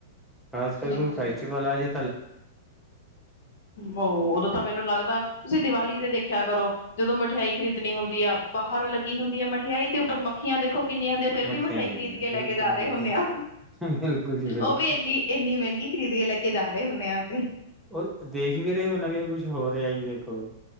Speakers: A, in the centre; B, on the left.
A: ਖਾਸ ਕਰ
B: ਬਿਲਕੁਲ
A: ਕੋ ਫੈਸਟੀਵਲ ਆ ਜਾ
B: ਉਹ ਉਦੋਂ ਤਾਂ ਮੈਨੂੰ ਲੱਗਦਾ ਤੁਸੀਂ ਦੀਵਾਲੀ ਤੇ ਦੇਖਿਆ ਕਰੋ ਜਦੋਂ ਮਠਿਆਈ ਖਰੀਦਣੀ ਹੁੰਦੀ ਆ ਬਾਹਰ ਲੱਗੀ ਹੁੰਦੀ ਹੈ ਮਠਿਆਈ ਦੇ ਉੱਪਰ ਮੱਖੀਆਂ ਦੇ ਖੋ ਕਿੰਨੀਆਂ ਹੁੰਦੀਆਂ ਫਿਰਰ
A: ਮੱਖੀਆਂ
B: ਵੀ ਮਿਠਿਆਈ
A: ਕਿੰਨੀਆਂ
B: ਖਰੀਦ ਕੇ
A: ਬਿਲਕੁਲ
B: ਲੈ ਕੇ ਜਾ
A: ਬਿਲਕੁਲ
B: ਰਹੇ ਹੁੰਦੇ ਆ
A: ਬਿਲਕੁਲ ਜੀ ਬਿਲਕੁਲ
B: ਉਹ ਵੀ ਇੰਨੀ ਇੰਨੀ ਮਹਿੰਗੀ ਖਰੀਦ ਕੇ ਲੈ ਕੇ ਜਾ ਰਹੇ ਹੁੰਦੇ ਹਾਂ ਅਸੀਂ
A: ਉਹ ਦੇਖ ਵੀ ਰਹੇ ਹੋਣਾ ਵੀ ਕੁਛ ਹੋ ਰਿਹਾ ਜੀ ਦੇਖੋ